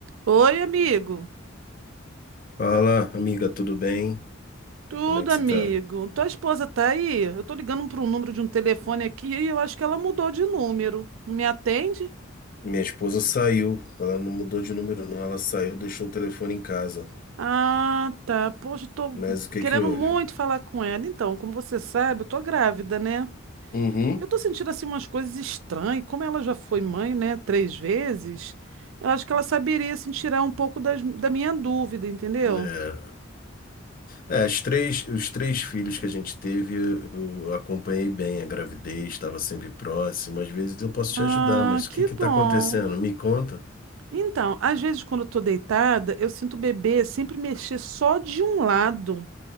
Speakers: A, on the right; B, on the left.
A: Oi, amigo.
B: Fala, amiga, tudo bem?
A: Tudo,
B: Como é que
A: amigo.
B: você tá?
A: Tua esposa tá aí? Eu tô ligando para um número de um telefone aqui e eu acho que ela mudou de número. Não Me atende?
B: Minha esposa saiu, ela não mudou de número, não. Ela saiu, deixou o telefone em casa.
A: Ah, tá. Poxa, eu tô
B: Mas o que
A: querendo
B: que houve?
A: muito falar com ela. Então, como você sabe, eu tô grávida, né?
B: Uhum.
A: Eu tô sentindo assim umas coisas estranhas. Como ela já foi mãe, né, três vezes, eu acho que ela saberia assim tirar um pouco das- da minha dúvida, entendeu?
B: É, é as três, os três filhos que a gente teve, eu acompanhei bem a gravidez, estava sempre próximo. Às vezes eu posso te
A: Ah,
B: ajudar, mas o
A: que
B: que que tá
A: bom.
B: acontecendo? Me conta.
A: Então, às vezes quando eu tô deitada, eu sinto o bebê sempre mexer só de um lado.